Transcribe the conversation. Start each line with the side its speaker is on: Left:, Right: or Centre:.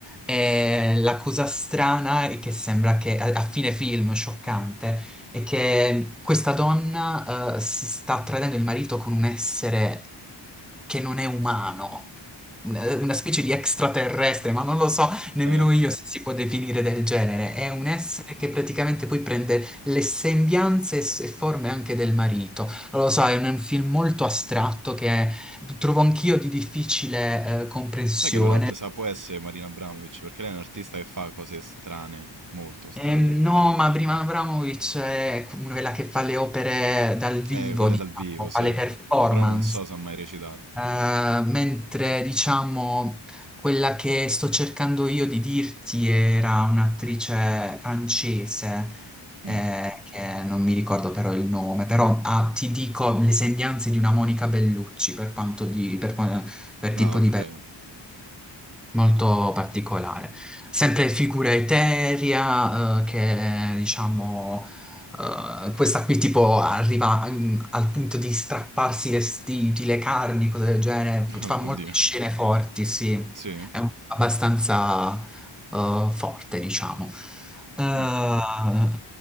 Centre: e la cosa strana è che sembra che a, a fine film, scioccante, è che questa donna, eh, si sta tradendo il marito con un essere che non è umano, una, una specie di extraterrestre, ma non lo so nemmeno
Right: Eh?
Centre: io se si può definire del genere. È un essere che praticamente poi prende le sembianze e s- e forme anche del marito. Non lo so, è un, è un film molto astratto che trovo anch'io di difficile, eh, comprensione.
Right: Sai che allora mi sa può essere Marina Abramovic, perché lei è un'artista che fa cose strane, molto strane.
Centre: Ehm, no, ma Brian Abramovic è quella che fa le opere dal vivo,
Right: Eh, quelle
Centre: diciamo,
Right: dal vivo, sì.
Centre: fa le performance,
Right: Però non so se ha mai recitato.
Centre: Eh, mentre diciamo quella che sto cercando io di dirti era un'attrice francese, eh,
Right: Mm.
Centre: che non mi ricordo però il nome, però ha- ti dico le sembianze di una Monica Bellucci per quanto di, per, qua- per
Right: Ah,
Centre: tipo
Right: ok.
Centre: di bellezza molto particolare. Sempre figura eterea, eh, che diciamo, eh, questa qui tipo arriva mm, al punto di strapparsi i vestiti, le carni, cose del genere,
Right: <laughs>
Centre: F- fa molte
Right: Oddio.
Centre: scene forti, sì,
Right: Sì.
Centre: è un- abbastanza eh, forte, diciamo. Eh,
Right: Mm.